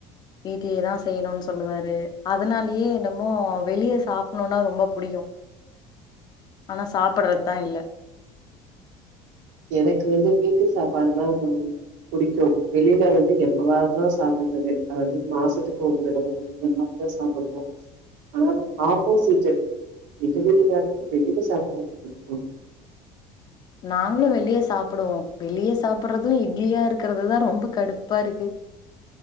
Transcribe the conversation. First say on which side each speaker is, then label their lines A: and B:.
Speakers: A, on the left; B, on the right.
A: வீட்லயேதான் செய்யணும்னு சொல்லுவாரு அதனாலயே என்னமோ வெளியே சாப்பிடணும்னா ரொம்ப பிடிக்கும் ஆனா சாப்படுறது தான் இல்ல
B: எனக்கு வந்து வீட்டு சாப்பாடுதான் பிடிக்கும் வெளியில வந்து எப்பவா தான் சாப்பிடுறது அதாவது மாசத்துக்கு ஒரு தடவ இந்த மாதிரிதான் சாப்பிடுவோம் ஆனா ஆப்போசட்டு எங்க வீட்டுக்காரக்கு வெளியில சாப்பாடு பிடிக்கும்
A: நாங்களும் வெளியே சாப்பிடுவோம் வெளியே சாப்பிடுறதும் இட்லியா இருக்கிறதுதான் ரொம்ப கடுப்பா இருக்கு